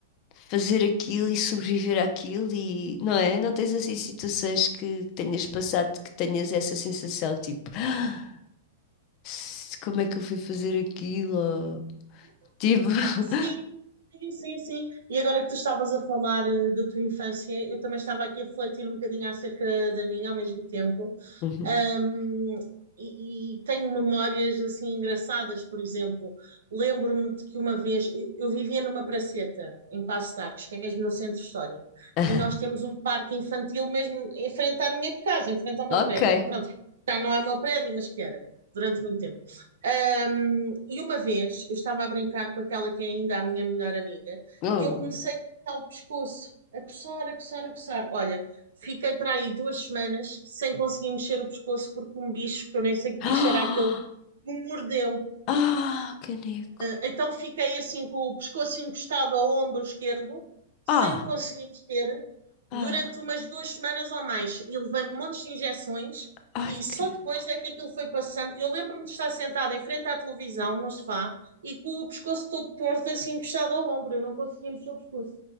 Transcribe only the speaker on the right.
Sim, sim, sim, sim. sim. E agora que tu estavas a falar eh, da tua infância, eu também estava aqui a refletir um bocadinho acerca da minha ao mesmo tempo.
Um, e, e, tenho memórias assim engraçadas, por exemplo, lembro-me de que uma vez eu, eu vivia numa praceta em Passo de Arcos, que é mesmo no centro histórico,
e nós temos um parque infantil mesmo em frente à minha casa, em frente ao meu
prédio. Pronto, já não é o meu prédio, mas que era durante muito tempo. Um, e uma vez eu estava a brincar com aquela que é ainda a minha melhor amiga
e eu comecei
a coçar o pescoço, a coçar, a coçar, a coçar. Olha, Fiquei para aí duas semanas sem conseguir mexer o pescoço porque um bicho, que eu nem sei que
bicho era aquele, me mordeu.
Então fiquei assim com o pescoço encostado ao ombro esquerdo, sem
me conseguir mexer,
durante umas duas semanas ou mais. E levei montes de injeções
e só
depois é que aquilo foi passando. Eu lembro-me de estar sentada em frente à televisão, no sofá, e com o pescoço todo torto, assim encostado ao ombro. Eu não conseguia mexer o pescoço.